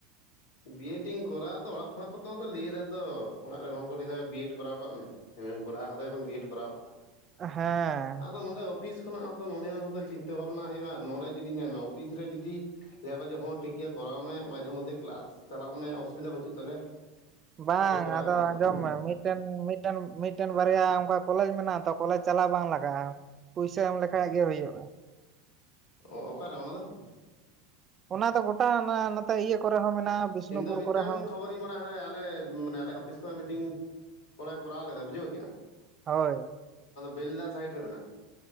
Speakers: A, on the left; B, on the right.
A: ᱵᱤᱭᱮᱰᱤᱧ ᱠᱚᱨᱟᱣᱟ ᱟᱛᱚ ᱚᱲᱟᱜ ᱠᱷᱚᱱᱟᱜ ᱠᱚᱫᱚ ᱞᱟᱹᱭ ᱫᱟᱛᱚ ᱚᱲᱟᱜ ᱨᱮᱱ ᱦᱚᱲ ᱠᱚ ᱞᱟᱹᱭᱟ ᱵᱤᱮᱰ ᱠᱚᱨᱟᱣ ᱠᱟᱜ ᱢᱮ᱾ ᱮᱢ ᱮ ᱠᱚᱨᱟᱣ ᱠᱟᱛᱮ ᱡᱚᱠᱷᱚᱱ ᱵᱤᱭᱮᱰ ᱠᱚᱨᱟᱣ ᱠᱟᱜ
B: ᱦᱮᱸ
A: ᱟᱫᱚ ᱱᱚᱰᱮ ᱚᱯᱷᱤᱥ ᱠᱷᱚᱱᱟᱜ ᱦᱚᱸᱛᱚ ᱱᱚᱮ ᱦᱚᱸᱛᱚ ᱪᱤᱱᱼᱼ ᱵᱷᱟᱵᱱᱟ ᱦᱳᱭᱳᱼᱟ ᱱᱚᱰᱮ ᱡᱩᱫᱤ ᱧᱮᱞ ᱢᱮ ᱚᱯᱷᱤᱥ ᱨᱮ ᱡᱩᱫᱤ ᱞᱚᱡᱚᱜ ᱦᱚᱸ ᱴᱷᱤᱠ ᱜᱮᱭᱟ ᱠᱚᱟᱣ ᱢᱮ ᱢᱟᱡᱷᱮ ᱢᱚᱫᱫᱷᱮ ᱠᱮᱞᱟᱥ ᱪᱟᱞᱟᱜ ᱢᱮ ᱚᱥᱩᱵᱤᱫᱟ ᱵᱟᱹᱪᱩᱜ ᱛᱟᱞᱮᱭᱟ᱾
B: ᱵᱟᱝ
A: ᱛᱟᱦᱚᱞᱮ ᱠᱚᱨᱟᱣ
B: ᱟᱫᱚ
A: ᱜᱟᱱᱚᱜᱼᱟ
B: ᱟᱸᱡᱚᱢ ᱢᱮ ᱢᱤᱫᱴᱮᱱ ᱢᱤᱫᱴᱮᱱ ᱢᱤᱫᱴᱮᱱ ᱵᱟᱨᱭᱟ ᱚᱱᱠᱟ ᱠᱚᱞᱮᱡᱽ ᱢᱮᱱᱟᱜᱼᱟ ᱛᱚ ᱠᱚᱞᱮᱡᱽ ᱪᱟᱞᱟᱣ ᱵᱟᱝ ᱞᱟᱜᱟᱜᱼᱟ᱾ ᱯᱚᱭᱥᱟ ᱮᱢ ᱞᱮᱠᱷᱟᱡ ᱜᱮ ᱦᱩᱭᱩᱜᱼᱟ᱾
A: ᱚ ᱚᱠᱟᱨᱮ ᱚᱱᱟ ᱫᱚ?
B: ᱚᱱᱟ ᱫᱚ <unintelligible> ᱱᱚᱛᱮ ᱤᱭᱟᱹ ᱠᱚᱨᱮ ᱦᱚᱸ ᱢᱮᱱᱟᱜᱼᱟ ᱵᱤᱥᱱᱩᱯᱩᱨ
A: ᱤᱧ ᱫᱚ ᱢᱤᱫᱴᱟᱝ
B: ᱠᱚᱨᱮ ᱦᱚᱸ
A: ᱠᱷᱚᱵᱚᱨᱤᱧ ᱵᱟᱲᱟᱭᱟ ᱦᱟᱱᱮ ᱟᱞᱮ ᱢᱟᱱᱮ ᱟᱞᱮ ᱚᱯᱷᱤᱥ ᱠᱷᱚᱱᱟᱜ ᱢᱤᱴᱤᱝ ᱠᱚᱲᱟᱭ ᱠᱚᱨᱟᱣ ᱞᱮᱫᱟ ᱵᱩᱡᱷᱟᱹᱣ ᱠᱮᱼᱟ
B: ᱦᱳᱭ
A: ᱵᱮᱞᱫᱟ ᱥᱟᱭᱤᱰ ᱨᱮ ᱢᱮᱱᱟᱜ